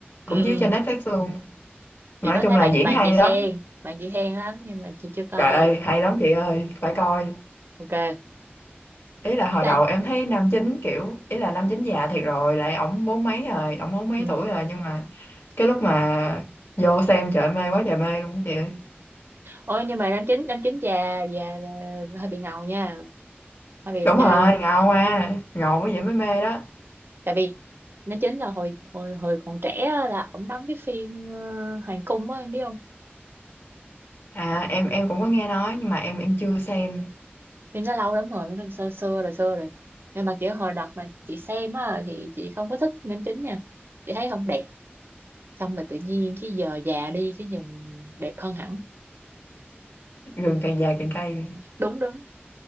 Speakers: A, on the right; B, on the left.
A: ừ,
B: cũng
A: ừ.
B: chiếu trên Netflix luôn mà
A: chị
B: nói
A: có
B: chung
A: thấy
B: là
A: bạn
B: diễn
A: bạn
B: hay
A: chị khen
B: lắm
A: bạn chị khen lắm nhưng mà chị chưa coi
B: trời ơi hay lắm chị ơi phải coi
A: ok
B: ý là hồi
A: à,
B: đầu em thấy nam chính kiểu ý là nam chính già thiệt rồi lại ổng bốn mấy rồi ổng bốn mấy
A: ừ.
B: tuổi rồi nhưng mà cái lúc mà vô xem trời ơi, mê quá trời mê luôn chị ơi
A: ôi nhưng mà nam chính nam chính già già ờ, hơi bị ngầu nha hơi bị
B: đúng
A: đẹp trai
B: rồi
A: luôn
B: ngầu à ngầu quá vậy mới mê đó
A: tại vì nam chính là hồi hồi hồi còn trẻ á, là ổng đóng cái phim ờ, hoàng cung á em biết không
B: À em em cũng có nghe nói nhưng mà em em chưa xem
A: phim nó lâu lắm rồi nó xưa xưa rồi xưa rồi nhưng mà kiểu hồi đợt mà chị xem á thì chị không có thích nam chính nha chị thấy không đẹp xong rồi tự nhiên cái giờ già đi cái nhìn đẹp hơn hẳn
B: Gừng càng già càng cay
A: đúng đúng